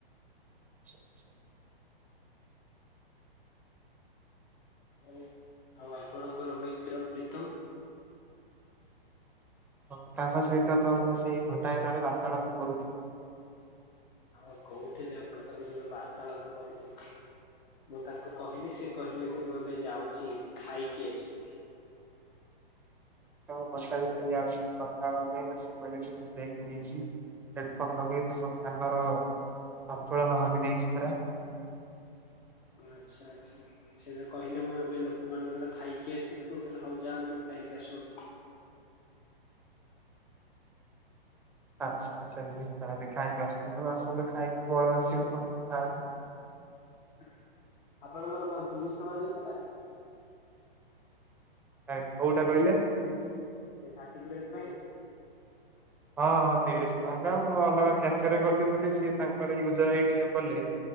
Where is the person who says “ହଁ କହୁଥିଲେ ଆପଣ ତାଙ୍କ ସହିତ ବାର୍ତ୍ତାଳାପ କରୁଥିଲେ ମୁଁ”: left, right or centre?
Left